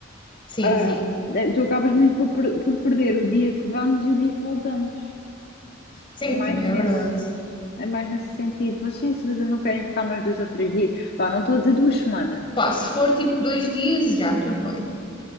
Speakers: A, on the left; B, on the left.
A: sim,
B: Ah,
A: sim.
B: eh, tu acabas muito por, per- por perder o dia que vamos e o dia que voltamos.
A: Sim,
B: É mais
A: também
B: nesse,
A: é verdade.
B: é mais nesse sentido. Vocês, às vezes, não querem ficar mais dois ou três dias. Pá, não estou a dizer duas semanas.
A: Pá, se for tipo dois dias, já, tudo bem.